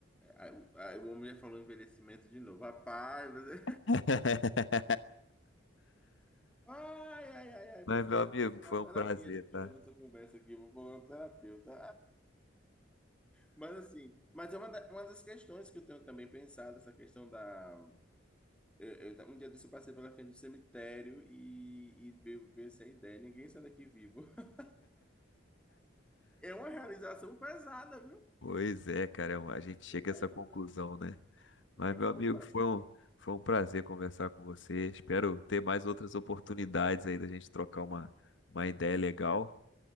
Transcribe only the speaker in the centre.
Aí, o aí o homem já falou envelhecimento de novo. Rapaz, você...
<laughs> ai, ai, ai, ai,
meu Deus,
vou procurar
uma
terapia
depois
da nossa conversa aqui, vou procurar um terapeuta. Mas assim, mas é uma, da- uma das questões que eu tenho também pensado, essa questão da. Eu, eu um dia desse eu passei pela frente do cemitério e, e veio, veio essa ideia, ninguém sai daqui vivo. <laughs> É uma realização pesada, viu?
Aí
eu falei,
meu Deus,
o
que é
que eu
vou fazer?